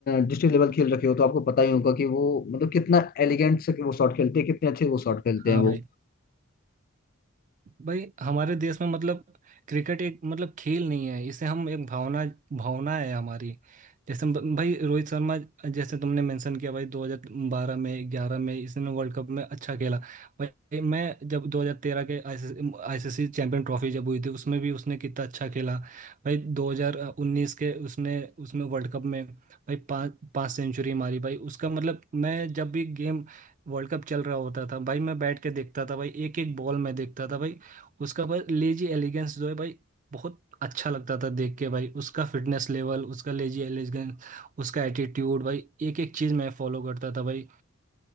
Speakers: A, on the left; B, on the right.
A: डिस्ट्रिक्ट लेवल खेल रखे हो तो आपको पता ही होगा कि वो मतलब कितना एलिगेंट से वो शॉट खेलते हैं कितने अच्छे वो शॉट खेलते
B: हाँ
A: हैं वो
B: भाई भाई हमारे देश में मतलब क्रिकेट एक मतलब खेल नहीं है इसे हम एक भावना भावना है हमारी जैसे ब- भाई रोहित शर्मा जैसे तुमने मेंशन किया भाई 2012 में 11 में इसने वर्ल्ड कप में अच्छा खेला भाई मैं जब 2013 के आईसीसी चैंपियन ट्रॉफी जब हुई थी उसमें भी उसने कितना अच्छा खेला भाई 2019 के उसने उसमें वर्ल्ड कप में भाई पाँच पाँच सेंचुरी मारी भाई उसका मतलब मैं जब भी गेम वर्ल्ड कप चल रहा होता था भाई मैं बैठ के देखता था भाई एक एक बॉल मैं देखता था भाई उसका भाई लेजी एलिगेंस जो है भाई बहुत अच्छा लगता था देख के भाई उसका फिटनेस लेवल उसका लेजी एलिगेंस उसका एटीट्यूड भाई एक एक चीज़ मैं फॉलो करता था भाई